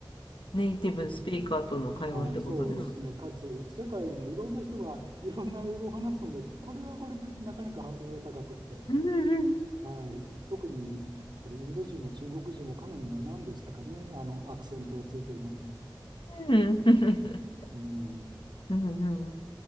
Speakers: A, on the left (about 80°); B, on the right (about 65°).
A: ネイティブスピーカーとの会話ってことですか
B: うんはい、そうですね。かつ、世界のいろんな人がいろんな英語を話すので、これはこれでなかなかハードルが高くって。
A: うん
B: はい。特に、やっぱりインド人も中国人もかなりの何でしたかね。あの、アクセントがついてるので。
A: うんうん。
B: うん。
A: うんうんうん